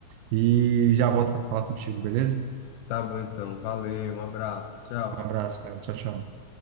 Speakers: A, on the right; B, on the left.
A: e já volto para falar contigo, beleza?
B: Tá bom, então. Valeu, um abraço. Tchau.
A: Um abraço, cara. Tchau, tchau.